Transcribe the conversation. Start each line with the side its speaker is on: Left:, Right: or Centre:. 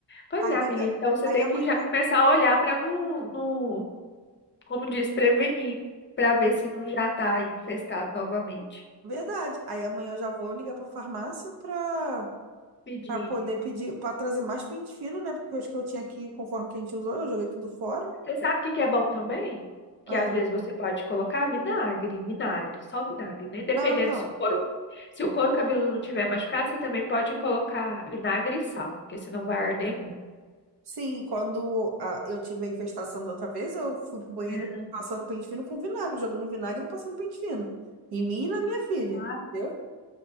Left: Pois
Right: Aí
Left: é, amiga.
Right: daqui a...
Left: Então você
Right: Aí
Left: tem
Right: amanhã...
Left: que já começar a olhar para não, não, como diz, prevenir, para ver se não já tá infestado novamente.
Right: Verdade. Aí amanhã eu já vou ligar pra farmácia pra,
Left: Pedir.
Right: pra poder pedir, pra trazer mais pente fino, né? Porque os que eu tinha aqui, conforme que a gente usou, eu joguei tudo fora.
Left: Você sabe o que que é bom também? Que
Right: Ah.
Left: às vezes você pode colocar vinagre, vinagre, só vinagre, né? Dependendo
Right: Não, então.
Left: se o couro, se o couro cabeludo não tiver machucado, você também pode colocar vinagre e sal, porque senão vai arder muito.
Right: Sim, quando ah, eu tive a infestação da outra vez, eu fui pro banheiro
Left: Aham.
Right: passando pente fino com vinagre, jogando vinagre e passando pente fino. Em mim e na minha filha,
Left: Ah,
Right: entendeu?